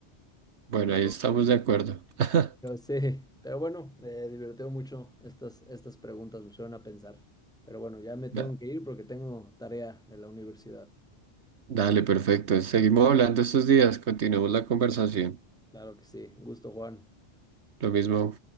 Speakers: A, on the right (about 75°); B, in the centre.
A: bueno,
B: Pero,
A: ahí estamos de acuerdo. <laughs>
B: pero sí, pero bueno, me divirtió mucho estas, estas preguntas, me suelen a pensar. Pero bueno, ya me tengo
A: Da-
B: que ir porque tengo tarea de la universidad.
A: Dale, perfecto. Seguimos hablando estos días, continuemos la conversación.
B: Claro que sí. Un gusto, Juan.
A: Lo mismo.